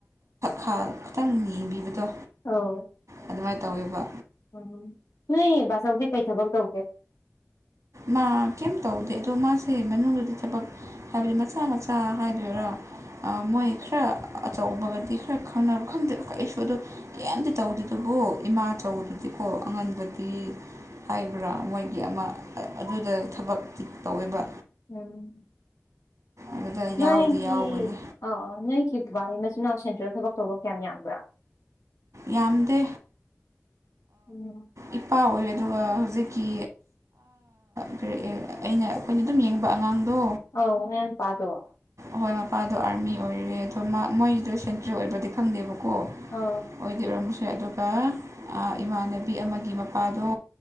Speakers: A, on the right; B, on the left.
A: ꯈ ꯈꯤꯇꯪ ꯌꯦꯕꯤꯕꯗꯣ
B: ꯑꯣꯥꯎ
A: ꯑꯗꯨꯃꯥꯏꯅ ꯇꯧꯋꯦꯕ
B: ꯎꯝ ꯅꯣꯏ ꯕꯥꯆꯧꯗꯤ ꯀꯩ ꯊꯕꯛ ꯇꯧꯒꯦ
A: ꯃꯥ ꯀꯩꯝ ꯇꯧꯗꯦ ꯑꯗꯣ ꯃꯥꯁꯦ ꯃꯅꯨꯡꯗꯗꯤ ꯊꯕꯛ ꯍꯥꯏꯕꯗꯤ ꯃꯆꯥ ꯃꯆꯥ ꯍꯥꯏꯗꯣꯏꯔꯥ
B: ꯎꯝ
A: ꯃꯣꯏ ꯈꯔ ꯑꯆꯧꯕꯒꯗꯤ ꯈꯔ ꯈꯪꯅꯕ ꯈꯪꯗꯦ ꯑꯩꯁꯨ ꯑꯗꯨꯗꯣ ꯀꯩꯝꯇ ꯇꯧꯗꯦꯗꯨꯕꯨꯣ ꯏꯃꯥꯆꯧꯗꯨꯗꯤꯀꯣ ꯑꯉꯟꯕꯗꯤ ꯍꯥꯏꯕ꯭ꯔꯥ ꯃꯣꯏꯒꯤ ꯑꯃ ꯑꯗꯨꯗ ꯊꯕꯛꯇꯤ ꯇꯧꯋꯦꯕ
B: ꯎꯝ
A: ꯑꯗꯨꯗ
B: ꯅꯣꯏꯒꯤ
A: ꯌꯥꯎꯗꯤ ꯌꯥꯎꯕꯅꯤ
B: ꯑ ꯑ ꯅꯣꯏꯒꯤ ꯕꯕꯥꯒꯤ ꯃꯆꯤꯟꯅꯥꯎ ꯁꯦꯟꯇ꯭ꯔꯦꯜ ꯊꯕꯛ ꯇꯧꯕ ꯀꯌꯥꯝ ꯌꯥꯝꯕ꯭ꯔꯥ
A: ꯌꯥꯝꯗꯦ
B: ꯎꯝ
A: ꯏꯄꯥ ꯑꯣꯏ ꯑꯗꯨꯒ ꯍꯧꯖꯤꯛꯀꯤ ꯀꯔꯤ ꯑꯩꯅ ꯑꯩꯈꯣꯏꯅ ꯑꯗꯨꯝ ꯌꯦꯡꯕ ꯑꯉꯥꯡꯗꯣ
B: ꯑ ꯌꯥ ꯄꯥꯗꯣ
A: ꯍꯣꯏ ꯃꯄꯥꯗꯣ ꯑꯥꯔꯃꯤ ꯑꯣꯏꯔꯦ ꯑꯗꯣ ꯃꯥ ꯃꯣꯏꯗꯣ ꯁꯦꯟꯇ꯭ꯔꯦꯜ ꯑꯣꯏꯕꯗꯤ ꯈꯪꯗꯦꯕꯀꯣ
B: ꯑꯥꯎ
A: ꯑꯣꯏꯗꯤ ꯑꯣꯏꯔꯝꯃꯁꯦ ꯑꯗꯨꯒ ꯏꯃꯥꯟꯅꯕꯤ ꯑꯃꯒꯤ ꯃꯄꯥꯗꯣ